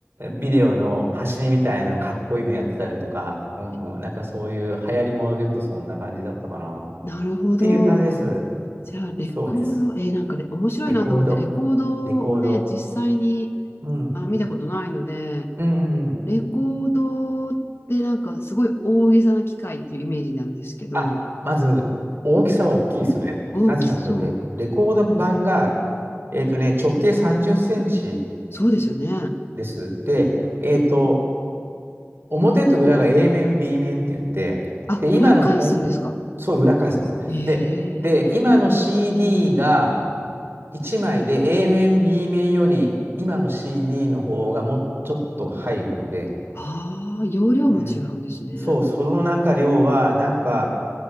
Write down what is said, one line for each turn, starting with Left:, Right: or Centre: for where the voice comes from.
Right: ビデオの走りみたいなのかっこいいのやってたりとか、うん、
Left: ええ
Right: なんかそういう流行りもので言うとそんな感じだったかな。っ
Left: なるほど。
Right: ていう感じです。
Left: じゃあ、レコード、
Right: そうです。
Left: えー、なんかね、面白いなと思って、
Right: レコード、
Left: レコードをね、
Right: レコード。
Left: 実際に
Right: うん。
Left: あの、見たことないので、
Right: うんうんうん。
Left: レコードってなんかすごい大げさな機械っていうイメージなんですけど、
Right: あ、まず、大きさは大きいですよね。
Left: 大きそう。
Right: なぜかというとレ、レコード盤が、えっとね、直径30センチ
Left: そうですよね。
Right: です。で、えっと、表と裏が A 面、B 面って言って、
Left: あ、
Right: で、
Left: 裏返すんですか。
Right: 今のコン、そう、裏返すんです。
Left: ええ
Right: で、で、今の CD が1枚で A 面、B 面より、今の CD の方がもうちょっと入るので、
Left: ああ容量も違うんですね。
Right: うん。そう、そのなんか量は、なんか、